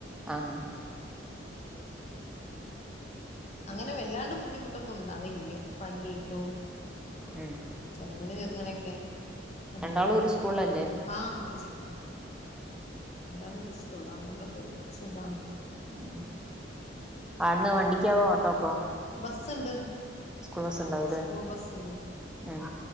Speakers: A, in the centre; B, on the left.
A: ആഹ്
B: അങ്ങനെ വല്ലാണ്ട് ബുദ്ധിമുട്ടൊന്നും ഉണ്ടാവലില്ല പനിയായിട്ടോ
A: ഉം
B: അങ്ങനെ ചെറുങ്ങനൊക്കെ കണ്ടാവലൂ
A: രണ്ടാളും ഒരു സ്കൂളിലല്ലേ
B: ആഹ് ഒരു സ് കുവ രണ്ടാളും ഒരു സ്കൂള്ല അതോണ്ടൊക്കൊരു സുഖാണ്
A: ഉം ആട്ന്ന് വണ്ടിക്കാവോ ഓട്ടോക്കോ
B: ബസ്സ് ഇണ്ട്
A: സ്കൂൾ ബസ് ഉണ്ടാവൂലേ
B: സ്കൂൾ ബസ്സ് ഇണ്ട്
A: ഉം